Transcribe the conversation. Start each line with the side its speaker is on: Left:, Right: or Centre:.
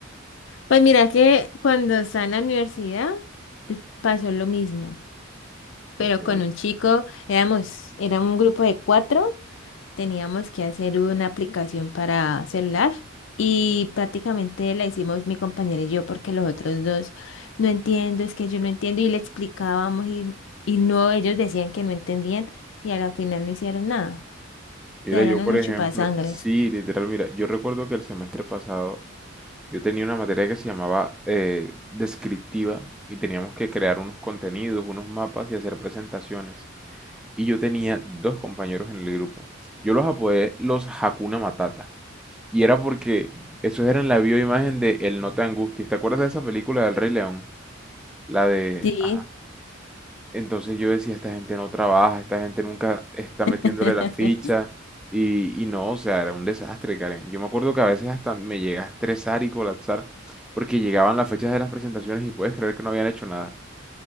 Left: Pues mira que cuando estaba en la universidad eh, pasó lo mismo, pero
Centre: Ok.
Left: con un chico, éramos, era un grupo de cuatro teníamos que hacer una aplicación para celular y prácticamente la hicimos mi compañera y yo porque los otros dos no entiendo, es que yo no entiendo y le explicábamos y, y no, ellos decían que no entendían y a la final no hicieron nada. O
Centre: Mira,
Left: sea,
Centre: yo
Left: eran
Centre: por
Left: unos
Centre: ejemplo,
Left: chupasangres.
Centre: sí, literal, mira, yo recuerdo que el semestre pasado yo tenía una materia que se llamaba eh, descriptiva y teníamos que crear unos contenidos, unos mapas y hacer presentaciones. Y yo tenía dos compañeros en el grupo. Yo los apodé los Hakuna Matata. Y era porque esos eran la bioimagen de El No Te Angusties. ¿Te acuerdas de esa película del Rey León? La de...
Left: Sí.
Centre: Ajá. Entonces yo decía, esta gente no trabaja, esta gente nunca está metiéndole
Left: <laughs>
Centre: la ficha y, y no, o sea, era un desastre, Karen. Yo me acuerdo que a veces hasta me llega a estresar y colapsar porque llegaban las fechas de las presentaciones y puedes creer que no habían hecho nada.